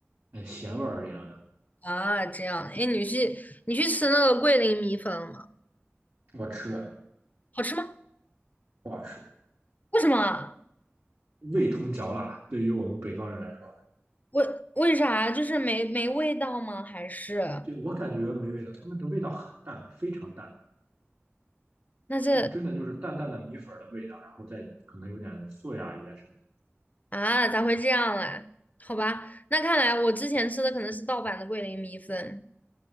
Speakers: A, on the right; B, on the left.
A: 呃咸味儿这样的。
B: 啊？这样，哎，你去你去吃那个桂林米粉了吗？
A: 我吃了，
B: 好吃吗？
A: 不好吃。
B: 为什么啊
A: 味同嚼蜡，对于我们北方人来说，
B: 为为啥？就是没没味道吗？还是
A: 对我感觉没味道，他们的味道很淡，非常淡，
B: 那这？
A: 就是真的就是淡淡的米粉的味道，然后再可能有点素呀，有点什么的。
B: 啊，咋会这样嘞？好吧，那看来我之前吃的可能是盗版的桂林米粉。